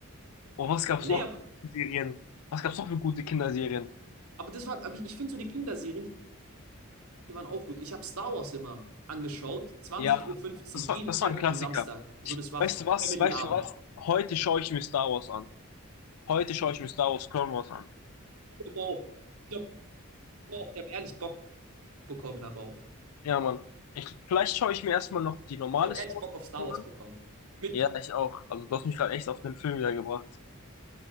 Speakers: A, on the left; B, on the right.
A: Und was gab's
B: Nee,
A: noch
B: aber,
A: für Serien? Was gab's noch für gute Kinderserien?
B: aber das war, aber ich, ich finde so die Kinderserien, Die waren auch gut. Ich habe Star Wars immer angeschaut, 20.15
A: Ja,
B: Uhr,
A: das
B: fünfzehn,
A: war,
B: jeden
A: das
B: Freitag
A: war ein Klassiker.
B: und Samstag. So,
A: Ich,
B: das war
A: weißt du was?
B: Family-Abend.
A: Weißt du was? Heute schaue ich mir Star Wars an. Heute schaue ich mir Star Wars Clone Wars an.
B: Ich glaube auch, ich glaub auch, ich habe ehrlich Bock bekommen darauf.
A: Ja, Mann. Ich, vielleicht schaue ich mir erstmal noch die normale
B: Ich habe
A: Star
B: ehrlich
A: Wars
B: Bock auf Star
A: an.
B: Wars bekommen. Mit,
A: Ja, ich auch. Also du hast mich gerade echt auf den Film wiedergebracht.